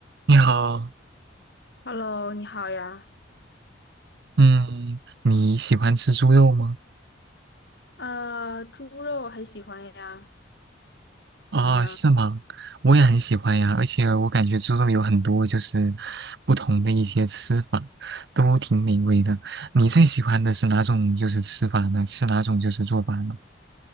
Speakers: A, on the right (about 60°); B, on the left (about 60°).
A: 你好，
B: Hello，你好呀。
A: 嗯，你喜欢吃猪肉吗？
B: 呃，猪肉很喜欢呀，
A: 啊，
B: 你呢？
A: 是吗？我也很喜欢呀，而且我感觉猪肉有很多就是不同的一些吃法，都挺美味的。你最喜欢的是哪种就是吃法呢？是哪种就是做法呢？